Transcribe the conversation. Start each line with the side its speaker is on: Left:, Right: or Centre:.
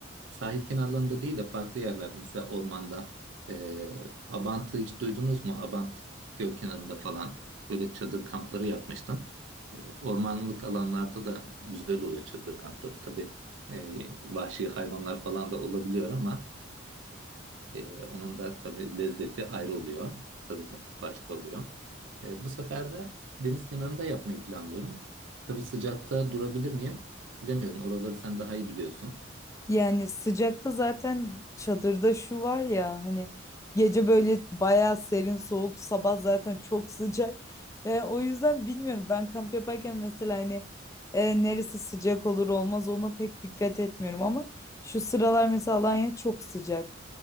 Right: Sahil kenarlarında değil de farklı yerlerde mesela ormanda e, Abant'ı hiç duydunuz mu? Abant göl kenarında falan böyle çadır kampları yapmıştım. E, ormanlık alanlarda da güzel oluyor çadır kampları. Tabii e, vahşi hayvanlar falan da olabiliyor ama e, onun da tabii lezzeti ayrı oluyor. Tadı başka oluyor. E, bu sefer de deniz kenarında yapmayı planlıyorum. Tabii sıcakta durabilir miyim? Bilemiyorum. Oraları sen daha iyi biliyorsun.
Left: Yani sıcakta zaten çadırda şu var ya hani gece böyle bayağı serin soğuk sabah zaten çok sıcak. E, o yüzden bilmiyorum ben kamp yaparken mesela hani e, neresi sıcak olur olmaz ona pek dikkat etmiyorum ama şu sıralar mesela Alanya çok sıcak.